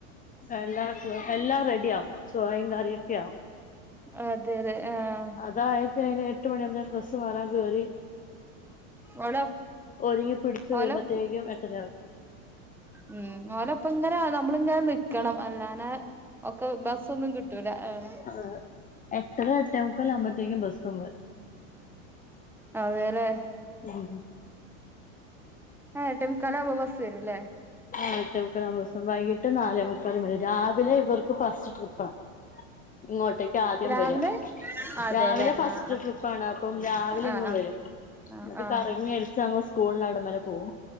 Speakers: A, on the left; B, in the centre.
A: എല്ലാ എല്ലാം റെഡി ആവും ചോയെം കറിയൊക്കെ ആവും
B: അതെലെ ആഹ്..
A: അതായി കഴിഞ്ഞാൽ എട്ട് മണിയാവുമ്പോത്തിനും ഡ്രസ്സ്‌ മാറാൻ കേറി
B: ഓല
A: ഒരുങ്ങി പിടിച്ചു
B: ഓലപ്പ്
A: വരുമ്പോത്തേക്കും എട്ടരആകും
B: മ്മ് ഓലപ്പങ്ങനെ നമ്മള് ങ്ങനെ നിൽക്കണം അല്ലാ ന്ന ഒക്കെ ബസ്സ് ഒന്നും കിട്ടൂല ആഹ്
A: ആഹ് എട്ടര എട്ടേ മുക്കാല് ആവുമ്പോതേക്കും ബസ് വരും
B: അതേല്ലേ
A: ഉം
B: ആഹ് എട്ടേ മുക്കാൽ ആവുമ്പോ ബസ് വെരും ലേ
A: ആഹ് എട്ടേ മുക്കൽ ആവുമ്പം ബസ്സേ രും വൈകിട്ട് നാലേ മുക്കാലും വര രാവിലെ ഇവർക്ക് ഫസ്റ്റ് ട്രിപ്പാ ഇങ്ങോട്ടേക്ക ആദ്യം
B: രാവിലെ
A: വരാ
B: അതെല്ലേ
A: രാവിലെ ഫസ്റ്റ്
B: ആഹ്
A: ട്രിപ്പാണ് അപ്പം രാവിലെ
B: ആഹ് ആഹ്
A: ഇങ്ങ് വരും
B: ആഹ്
A: എന്നിട്ട്
B: ആഹ്
A: കറങ്ങി അടിച്ച് അങ്ങ് സ്കൂളിന് അവിടം വരെ പോവും